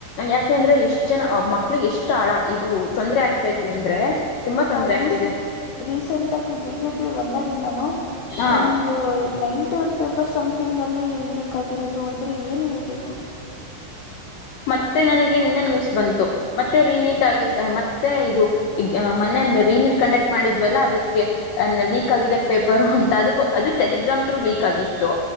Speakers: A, on the left; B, on the left.
A: ಯಾಕೆಂದ್ರೆ ಎಷ್ಟ್ ಜನ ಮಕ್ಳಿಗೆ ಎಷ್ಟು ಆಳ ಇದು ತೊಂದ್ರ ಆಗ್ತೈತಿ ಅಂದ್ರೆ. ತುಂಬಾ ತೊಂದರೆ
B: ರೀಸ
A: ಆಗ್ತಿದೆ
B: ರೀಸೆಂಟಾಗಿ ಬಿ ಜೆ ಪಿ ಬಂದಾಗಿಂದಾನು
A: ಹಾ
B: ಒಂದು ನೈನ್. ಒನ್ ಪೇಪರ್ ಸಮ್ಥಿಂಗಲ್ಲಿ ಲೀಕ್ ಆಗಿರೋದು ಅಂದ್ರೆ ಏನ್ ಹೇಳ್ಬೇಕು
A: ಮತ್ತೆ ನನಗ ನಿನ್ನ ನ್ಯೂಸ್ ಬಂತು ಮತ್ತೆ ನೀಟ್ ಆಗಿದೆ ಮತ್ತೆ ಇದು ಮೊನ್ನೆ ರಿ ನಿಟ್ ಕಂಡಕ್ಟ್ ಮಾಡಿದ್ವಲ್ಲ ಅದಕ್ಕೆ ಲೀಕ್ ಆಗಿದೆ ಪೇಪರ್ ಅಂತ ಅದುಟ ಎಕ್ಸಾಮ್ ಥ್ರೋ ಲೀಕ್ ಆಗಿತ್ತು